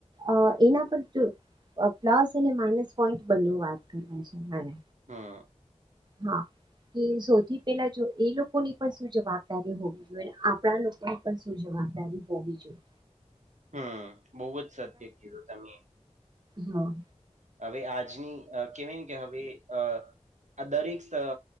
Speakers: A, on the right; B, on the right.
A: અ એના પર જો અ પ્લસ અને માઇનસ પોઈન્ટ બને વાત કર છે મારે.
B: હું.
A: હા કે સૌથી પેલા જો એ લોકોની પણ શું જવાબદારી હોવી જોઈએ આપણા તો પણ શું જવાબદારી હોવી જોઈ.
B: હમ બહુ જ સત્ય કીધું તમે.
A: હા.
B: હવે આજની અ કેહેવાયને કે હવે અ આ દરેક અ.